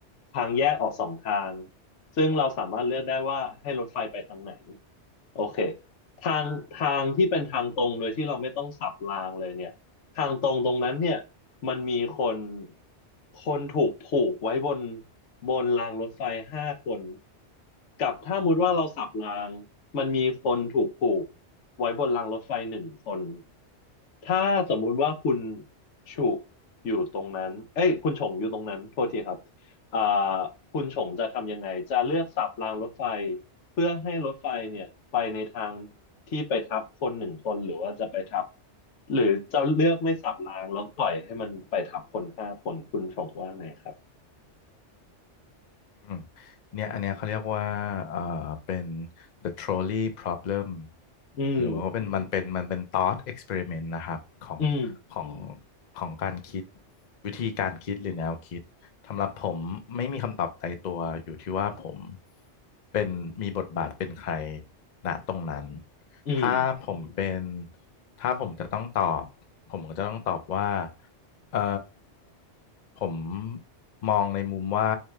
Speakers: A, on the left; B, on the left.
A: ทางแยกออกสองทางซึ่งเราสามารถเลือกได้ว่าให้รถไฟไปทางไหน โอเคทางทางที่เป็นทางตรงโดยที่เราไม่ต้องสับรางเลยเนี่ยทางตรงตรงนั้นเนี่ยมันมีคนคนถูกผูกไว้บนบนรางรถไฟห้าคนกับถ้ามุติว่าเราสับรางมันมีคนถูกผูกไว้บนรางรถไฟหนึ่งคนถ้าสมมุติว่าคุณฉุอยู่ตรงนั้นเอ้ยคุณฉงอยู่ตรงนั้นโทษทีครับอ่าคุณฉงจะทำยังไงจะเลือกสับรางรถไฟ เพื่อให้รถไฟเนี่ยไปในทางที่ไปทับคนหนึ่งคนหรือว่าจะไปทับหรือจะเลือกไม่สับรางแล้วปล่อยให้มันไปทับคนห้าคนคุณชงว่าไงครับ
B: อืมเนี่ยอันเนี้ยเขาเรียกว่าเอ่อเป็น the trolley problem
A: อืม
B: หรือว่าเป็นอืมันมเป็นมันเป็น thought experiment นะครับของขออืง
A: อืม
B: มของการคิดวิธีการคิดหรือแนวคิดสำหรับผมไม่มีคำตอบตายตัวอยู่ที่ว่าผมเป็นมีบทบาทเป็นใครณตรงนั้น
A: อืม
B: ถ้าผอืมมเป็นถ้าผมจะต้องตอบผมก็จะต้องตอบว่าเอ่อ ผมมองในมุมว่า